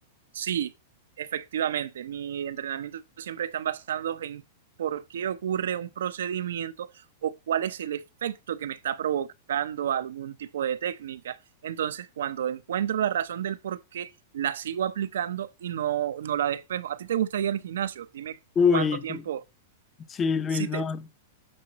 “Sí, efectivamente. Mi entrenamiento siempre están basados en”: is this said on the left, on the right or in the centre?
Right